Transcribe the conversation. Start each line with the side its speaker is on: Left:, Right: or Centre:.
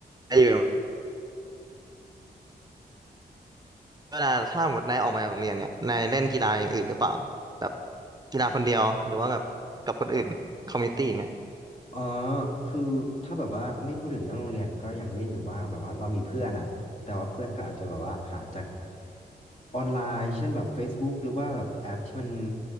Right: ไอ้อยู่นะเวลาถ้าหมดนายออกมาจากโรงเรียนเนี่ยนายเล่นกีฬาอย่างอื่นหรือเปล่าแบบกีฬาคนเดียวหรือว่าแบบกับคนอื่นคอมมูนิตี้อย่างเงี้ย
Left: อ๋อคือถ้าแบบว่าไม่พูดถึงเรื่องโรงเรียนก็ยังเล่นอยู่บ้างแบบว่าเรามีเพื่อนอ่ะแต่ว่าเพื่อนก็อาจจะแบบว่าหาจากออนไลน์เช่นแบบ Facebook หรือว่าแบบแอปที่มัน